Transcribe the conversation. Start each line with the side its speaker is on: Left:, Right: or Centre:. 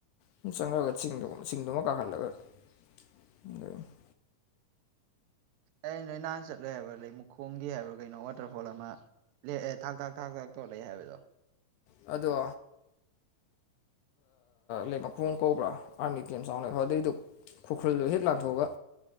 Left: ꯁꯨꯝ ꯆꯪꯉꯒ ꯆꯤꯡꯗ ꯆꯤꯡꯗꯨꯃ ꯀꯥꯍꯜꯂꯒ <inaudible>
Right: ꯑꯩ ꯅꯣꯏ ꯅꯍꯥꯟ ꯆꯠꯂꯣꯏ ꯍꯥꯏꯕ꯭ꯔꯥ ꯂꯩ ꯃꯈꯨꯈꯣꯡꯒꯤ ꯍꯥꯏꯕ꯭ꯔꯥ ꯀꯩꯅꯣ ꯋꯥꯇꯔꯐꯣꯜ ꯑꯃ ꯂ ꯑꯦ ꯊꯥꯡ ꯊꯥꯛ ꯊꯥꯡ ꯊꯥꯛ ꯇꯧꯂꯦ ꯍꯥꯏꯕꯗꯣ
Left: ꯑꯗꯣ ꯂꯩ ꯃꯈꯣꯡ ꯀꯧꯕ꯭ꯔꯥ ꯑꯥꯔꯃꯤ ꯇꯦꯝ ꯆꯥꯎꯅ ꯍꯗꯩꯗꯨ ꯈꯨꯔꯈꯨꯜꯗꯣ ꯍꯦꯛ ꯂꯥꯟꯊꯣꯛꯑꯒ